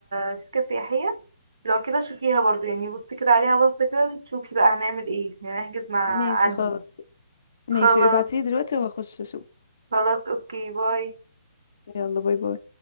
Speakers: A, on the right; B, on the left.
A: الشركة السياحية لو كده شوفيها برضو يعني بصي كده عليها بصي كده تشوفي بقى هنعمل ايه يعني نحجز مع
B: ماشي
A: انهي
B: خلاص ماشي
A: خلاص
B: ابعتيلي دلوقتي وهخش اشوف
A: خلاص اوكي باي
B: يلا باي باي